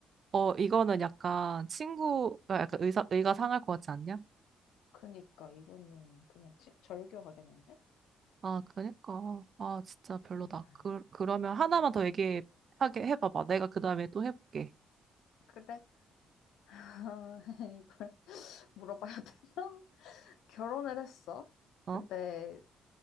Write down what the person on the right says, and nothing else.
어, 이거는 약간 친구가 약간 의사, 의가 상할 것 같지 않냐?
아, 그니까. 아, 진짜 별로다.
그, 그러면
하나만 더 얘기하게 해봐봐. 내가 그 다음에 또 해볼게.
어?